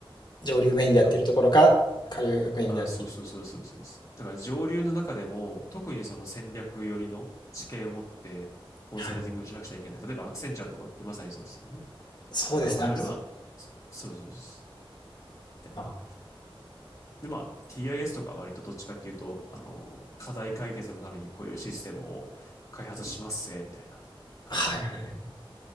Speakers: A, on the left (about 50°); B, on the left (about 35°).
A: 上流メインでやってるところか、
B: だから、
A: 下流メインでやってる。
B: あ、そうそうそうそうそうです。だから上流の中でも、特にその戦略寄りの知見を持ってコンサルティングをしなくちゃいけない。
A: はい。
B: 例えばアクセンチャーとかってまさにそうですよね。
A: そうですね、
B: なんか我々は、
A: アクセル。
B: そうそうそうそう。みたいな。
A: あ、
B: で、まあ、TIS とか割とどっちかっていうと、あの、課題解決のためにこういうシステムを開発しますせ、みたいな感じなんで。
A: はいはい。